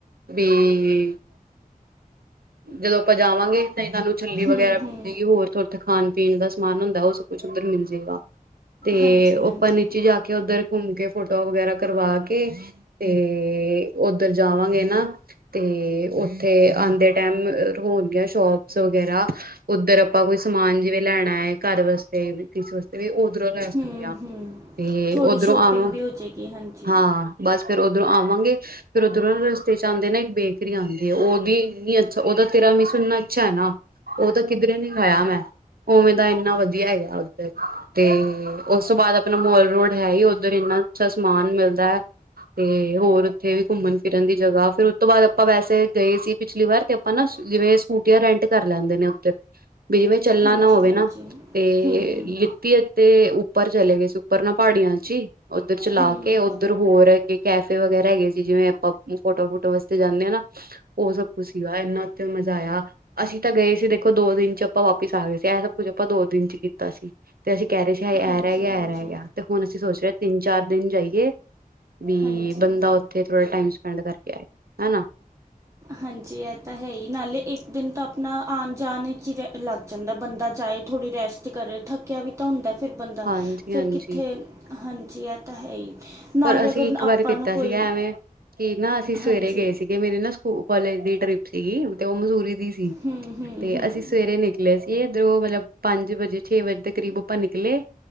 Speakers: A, on the right; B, on the right.
A: ਵੀ, ਜਦੋਂ ਆਪਾਂ ਜਾਵਾਂਗੇ। ਤੇ ਤੁਹਾਨੂੰ ਛੱਲੀ ਵਗੈਰਾ
B: ਹੂੰ ਹੂੰ
A: ਮਿਲੇਗੀ। ਹੋਰ ਤੁਰਥ ਖਾਣ ਪੀਣ ਦਾ ਸਮਾਨ ਹੁੰਦਾ, ਉਹ ਸਭ ਕੁੱਛ ਉੱਧਰ ਮਿਲ ਜੇਗਾ। ਤੇ
B: ਹਾਂਜੀ ਹਾਂਜੀ
A: ਉੱਪਰ ਨੀਚੇ ਜਾ ਕੇ, ਉੱਧਰ ਘੁੰਮ ਕੇ ਫੋਟੋ ਵਗੈਰਾ ਕਰਵਾ ਕੇ, ਤੇ ਤੇ ਉੱਧਰ ਜਾਵਾਂਗੇ ਨਾ ਤੇ, ਉੱਥੇ ਆਉਂਦੇ ਟਾਈਮ ਹੋਣਗ ਸ਼ੋਪਸ ਵਗੈਰਾ, ਉੱਧਰ ਆਪਾਂ ਕੋਈ ਸਮਾਨ ਜਿਵੇਂ ਲੈਣਾ ਹੈ। ਘਰ ਵਾਸਤੇ ਵੀ, ਕਿਸੇ ਵਾਸਤੇ ਵੀ ਓ ਉਧਰੋਂ ਲੈ ਸਕਦੇ
B: ਹੂੰ
A: ਹਾਂ,
B: ਹੂੰ
A: ਤੇ
B: ਥੋੜ੍ਹੀ
A: ਉੱਧਰੋਂ
B: ਸ਼ੋਪਿੰਗ
A: ਆਵਾਂ,
B: ਵੀ ਹੋ ਜਾਏਗੀ ਹਾਂਜੀ
A: ਹਾਂ ਬਸ ਫਿਰ ਉ ਉਧਰੋਂ ਆਵਾਂਗੇ, ਫਿਰ ਉੱਧਰੋਂ ਰਸਤੇ ਚ ਆਉਂਦੇ ਨਾ ਇੱਕ ਬੇਕਰੀ ਆਉਂਦੀ ਹੈ। ਉਹਦੀ ਇਨੀ ਅੱਛਾ ਉਹਦਾ ਤੇਰਾ ਮਿਸ ਇੰਨਾ ਅੱਛਾ ਹੈ ਨਾ, ਉਹ ਤਾਂ ਕਿਧਰੇ ਨੀ ਆਾਇਆ ਮੈਂ, ਉਵੇਂ ਦਾ ਇੰਨਾ ਵਧੀਆ ਹੈਗਾ ਹੈ, ਉੱਧਰ। ਤੇ ਉਸ ਤੋਂ ਬਾਅਦ ਆਪਣਾ ਮੋਲ ਰੋਡ ਹੈ ਹੀ। ਉੱਧਰ ਇੰਨਾ ਅੱਛਾ ਸਮਾਨ ਮਿਲਦਾ ਹੈ। ਤੇ ਹੋਰ ਉੱਥੇ ਵੀ ਘੁੰਮਣ ਫਿਰਨ ਦੀ ਜਗਾ, ਫਿਰ ਉਸਤ ਤੋਂ ਬਾਅਦ ਆਪਾਂ ਵੈਸੇ ਗਏ ਸੀ, ਪਿਛਲੀ ਵਾਰ। ਤੇ ਆਪਾਂ ਨਾ ਜਿਵੇਂ ਸਕੂਟੀਆਂ ਰੈਂਟ ਕਰ ਲੈਂਦੇ ਨੇ ਉੱਥੇ। ਵੀ ਜਿਵੇਂ ਚੱਲਣਾ
B: ਹਾਂਜੀ
A: ਨਾ ਹੋਵੇ
B: ਹਾਂਜੀ
A: ਨਾ, ਤੇ
B: ਹੂੰ
A: ਲਿੱਤੀ ਅਤੇ ੳਪ ਉੱਪਰ ਚਲੇ ਗਏ ਸੀ। ਉੱਪਰ ਨਾ ਪਹਾੜੀਆਂ ਚ ਹੀ ਉੱਧਰ ਚਲਾ
B: ਹੂੰ
A: ਕੇ, ਉੱਧਰ ਹੋਰ ਅੱਗੇ ਕੈਫੇ ਵਗੈਰਾ ਹੈਗੇ ਸੀ। ਜਿਵੇਂ ਆਪਾਂ ਫੋਟੋ ਫੁਟੋ ਵਾਸਤੇ ਜਾਂਦੇ ਹਾਂ ਨਾ, ਉਹ ਸਭ ਕੁੱਛ ਸੀਗਾ। ਇੰਨਾ ਉੱਥੇ ਮਜ਼ਾ ਆਇਆ। ਅਸੀਂ ਤਾਂ ਗਏ ਸੀ ਦੇਖੋ ਦੋ ਦਿਨ ਚ ਆਪਾਂ ਵਾਪਿਸ ਆ ਗਏ ਸੀ। ਇਹ ਸਭ ਕੁਛ ਆਪਾਂ ਦੋ ਦਿਨ ਚ ਕੀਤਾ ਸੀ ਤੇ ਅਸੀਂ ਕਹਿ ਰਹੇ ਸੀ, ਹਏ ਇਹ
B: ਹਾਂਜੀ
A: ਰਹਿ ਗਿਆ-ਇਹ
B: ਹਾਂਜੀ
A: ਰਹਿ ਗਿਆ। ਤੇ ਹੁਣ ਅਸੀਂ ਸੋਚ ਰਹੇ ਤਿੰਨ ਚਾਰ ਦਿਨ ਜਾਈਏ ਬੀ
B: ਹਾਂਜੀ
A: ਬੰਦਾ, ਉੱਥੇ ਥੋੜਾ ਟਾਈਮਸ ਪਿੰਡ ਕਰਕੇ ਆਏ, ਹਨਾ।
B: ਹਾਂਜੀ। ਇਹ ਤਾਂ ਹੈ ਹੀ ਨਾਲੇ ਇੱਕ ਦਿਨ ਤਾਂ ਆਪਣਾ ਆਉਣ ਜਾਣ ਵਿੱਚ ਹੀ ਜ-ਲੱਗ ਜਾਂਦਾ ਹੈ। ਬੰਦਾ ਜਾਏ, ਥੋੜੀ ਰੈਸਟ ਕਰੇ, ਥੱਕਿਆ ਵੀ ਤਾਂ ਹੁੰਦਾ ਹੈ। ਫਿਰ ਬੰਦਾ,
A: ਹਾਂਜੀ
B: ਫਿਰ
A: ਹਾਂਜੀ
B: ਕਿੱਥੇ, ਹਾਂਜੀ, ਇਹ ਤਾਂ ਹੈ ਹੀ। ਨਾਲੇ
A: ਪਰ ਅਸੀਂ
B: ਅਗਰ
A: ਇੱਕ ਵਾਰ
B: ਆਪਾਂ
A: ਕੀਤਾ
B: ਨੂੰ ਕੋਈ
A: ਸੀਗਾ ਐਵੇਂ, ਕਿ ਨਾ ਅਸੀਂ ਸਵੇਰੇ
B: ਹਾਂਜੀ
A: ਗਏ ਸੀਗੇ। ਮੇਰੇ ਨਾ ਸਕੂਲ ਕਾਲਜ ਦੀ ਟ੍ਰਿਪ ਸੀਗੀ ਤੇ ਉਹ ਮਜ਼ੂਰੀ ਦੀ ਸੀ,
B: ਹੂੰ ਹੂੰ
A: ਤੇ
B: ਹੂੰ
A: ਅਸੀਂ ਸਵੇਰੇ ਨਿਕਲੇ ਸੀ। ਇਹ ਇੱਧਰੋਂ, ਮਤਲਬ ਪੰਜ ਵਜੇ, ਛੇ ਵਜੇ ਦੇ ਕਰੀਬ ਆਪਾਂ ਨਿਕਲੇ